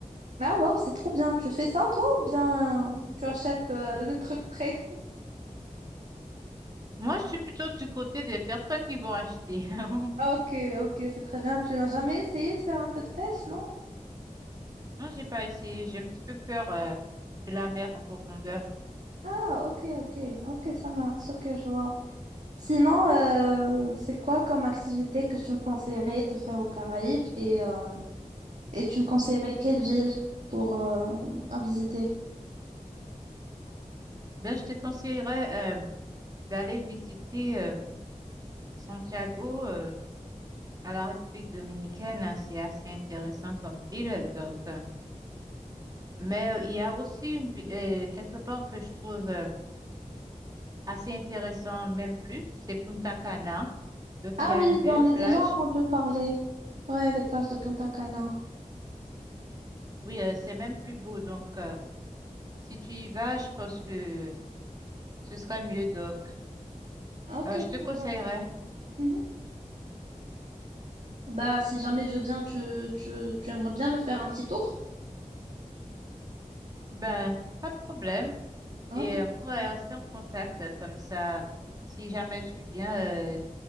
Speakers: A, on the right; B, on the right.
A: Ah, waouh, c'est trop bien. Tu fais ça, toi, ou bien tu achètes euh, le truc prêt?
B: Moi, je suis plutôt du côté des personnes qui vont acheter. <laughs>
A: Ok, ok, c'est très bien. Tu n'as jamais essayé de faire un peu de pêche, non?
B: Non, j'ai pas essayé. J'ai un petit peu peur euh, de la mer en profondeur.
A: Ah, ok, ok, ok, ça marche, ok, je vois. Sinon, euh, c'est quoi comme activité que tu me conseillerais de faire aux Caraïbes et, euh, et tu me conseillerais quelle ville pour euh, à visiter?
B: Ben, je te conseillerais euh, d'aller visiter euh, Santiago euh, à la République dominicaine. hein. C'est assez intéressant comme ville. Donc, euh. mais il y a aussi une, vi- euh, quelque part que je trouve euh, assez intéressant, même plus, c'est Punta Cana. Donc,
A: Ah
B: il y a
A: oui,
B: une belle
A: j'en ai
B: plage.
A: déjà entendu parler. Ouais, les plages de Punta Cana.
B: Oui, euh, c'est même plus beau. Donc, euh, si tu y vas, je pense que ce serait mieux. Donc,
A: Ok.
B: Euh, je te conseillerais.
A: cool. Mhm. Bah, si jamais je viens, tu, tu, tu aimerais bien me faire un petit tour?
B: Ben, pas de problème.
A: Ah,
B: Et
A: Ok.
B: on pourrait
A: trop bien.
B: rester en contact euh, comme ça. Si jamais tu viens, euh,